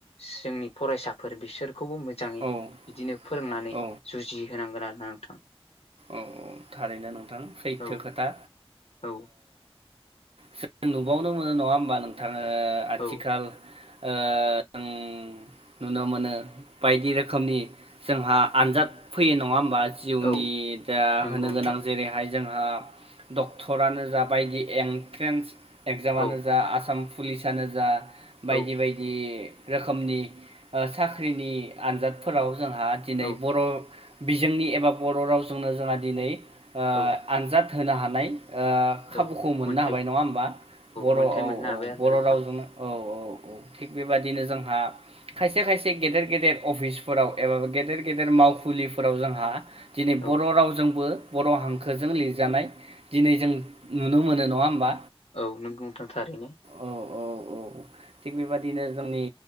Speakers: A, on the left; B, on the right.
A: जोंनि फरायसाफोर बिसोर बेखौबो मोजाङै
B: औ
A: बिदिनो फोरोंनानै
B: औ
A: जुजि होनांगोन आरोना नोंथां
B: औ औ थारैनो नोंथां सैथो
A: औ
B: खोथा
A: औ
B: जों नुबावनो मोनो नङा होमबा नोंथाङो आथिखाल
A: औ
B: ओ <unintelligible> नुनो मोनो बायदि रोखोमनि जोंहा आनजाद फैयो नङा होमबा जिउनि
A: औ
B: दा
A: नंगौ
B: होनो
A: नोंथां
B: गोनां जेरैहाय जोंहा ड'क्टरनो जा बायदि एन्ट्रेन्स एक्जामनो
A: औ
B: जा आसाम पुलिसानो जा बायदि
A: औ
B: बायदि रोखोमनि ओ साख्रिनि आनजादफोराव जोंहा दिनै
A: औ
B: बर' बिजोंनि एबा बर' रावजोंनो जोंहा दिनै
A: औ
B: आनजाद होनो हानाय ओ खाबुखौ
A: औ
B: मोननो
A: मोनथाय
B: हाबाय नङा होमबा बर'
A: मोनथाय
B: औ
A: मोननो हाबाय
B: औ
A: आरोना
B: बर'
A: नोंथां
B: रावजोंनो औ औ थिग बेबाददिनो जोंहा खायसे खायसे गेदेर गेदेर अफिसफोराव एबा गेदेर गेदेर मावखुलिफोराव जोंहा दिनै बर'
A: औ
B: रावजोंबो बर' हांखोजों लिरजानाय दिनै जों नुनो मोनो नङा होमबा
A: औ नों नंगौ नोंथां थारैनो
B: औ औ औ थिग बेबायदिनो जोंनि